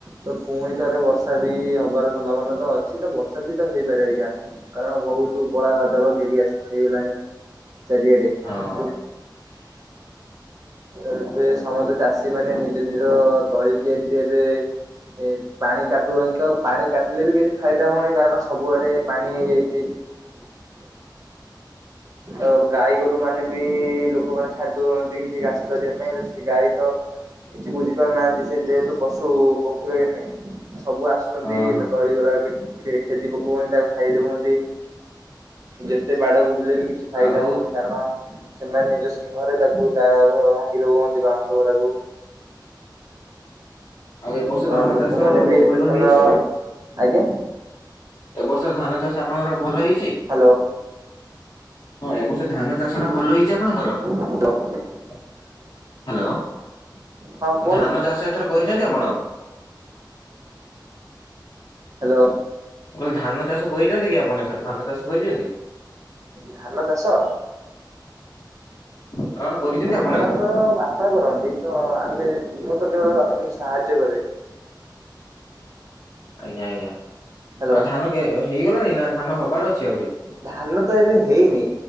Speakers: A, on the right; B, on the left.
A: ତ ପୁଣି ଥରେ ବର୍ଷା ବି ହବାର ସମ୍ଭାବନା ତ ଅଛି ତ ବର୍ଷା ବି ତ ହେଇପାରେ ଆଜ୍ଞା। କାରଣ ବହୁତ କଳା ବାଦଲ ଘେରି ଆସି ହେଇଗଲାଣି ଚାରିଆଡେ।
B: ହଁ।
A: ତ ଏବେ ସମସ୍ତେ ଚା ଚାଷୀ ମାନେ ନିଜ ନିଜ ତଳି ତିଆରିରେ ଏବେ ଏ ପାଣି କାଟୁ ଅନ୍ତୀଅ ପାଣି କାଟିଲେ ବି କିଛି ଫାଇଦା ହଉନି କାରଣ ସବୁଆଡେ ପାଣି ହେଇଯାଇଛି। <unintelligible> ଆଉ ଗାଈ ଗୋରୁ ମାନେ ବି ଲୋକମାନେ ଛାଡି ଦଉଛନ୍ତି କିଛି ଘା <unintelligible> ପାଇଁ ବେସି ଗାଈ ତ କିଛି ବୁଝି ପାରୁନାହାନ୍ତି ସେ ଯେହେତୁ ପଶୁ ପକ୍ଷୀ ଭଳିଆ ନାଇ ସବୁ ଆସୁଛନ୍ତି
B: ହଁ ହଁ
A: ତା ତଳି ଗୁଡ଼ା ବି ଖେ ଖେଦି ପକଉଛନ୍ତି ତାକୁ ଖାଇଦଉନ୍ତି ଯେତେ ବାଡବୁଜିଲେ ବି କିଛି ଫାଇଦା
B: ଆଉ
A: ହଉନି କାରଣ ସେମାନେ ନିଜ ସିଂହରେ ତାକୁ ତା ଭା ଭାଙ୍ଗି ଦଉହନ୍ତି ବାଉଁଶ ଗୁରାକୁ।
B: ଆଉ ଏ ବର୍ଷ
A: ତ
B: ଧାନ
A: ଲୋକମାନେ
B: ଚାଷ
A: ବି ଏତେ
B: ଭଲ
A: ସମୟ
B: ହେଇଛି?
A: ଆଜ୍ଞା।
B: ଏବ ବର୍ଷର ଧାନ ଚାଷ ଆପଣଙ୍କର ଭଲ ହେଇଛି।
A: ହ୍ୟାଲୋ
B: ହଁ ଏବର୍ଷ ସେ ଧାନ ଚାଷ ଟା ଭଲ ହେଇଛି ଆପଣଙ୍କର
A: ଆଜ୍ଞା
B: ହ୍ୟାଲୋଆଉ
A: ହଁ କୁହନ୍ତୁ
B: ଧାନ ଚାଷ ଏଥର କରିଛନ୍ତି ଆପଣ?
A: ହ୍ୟାଲୋ
B: ମୁଁ କହିଲି ଧାନ ଚାଷ କରିଛନ୍ତି କି ଆପଣ ଏଥର ଧାନ ଚାଷ କରିଛନ୍ତି?
A: ଧାନ ଚାଷ
B: ହଁ ହଁ କରିଛନ୍ତି ଆପ
A: ହଁ ହଁ ମୋ ବାପା କରନ୍ତି ତ ଆମେ ମୁଁ ତ କେତେବେଳ ବାପଙ୍କୁ ସାହାଯ୍ୟ କରେ
B: ଆଜ୍ଞା ଆଜ୍ଞା
A: ହ୍ୟାଲୋ
B: ଆଉ ଧାନ କେ -ହେଇଗଲାଣି ନା ଧାନ ହବାର ଅଛି ଆହୁରି।
A: ଧାନ ତ ଏବେ ହେଇନି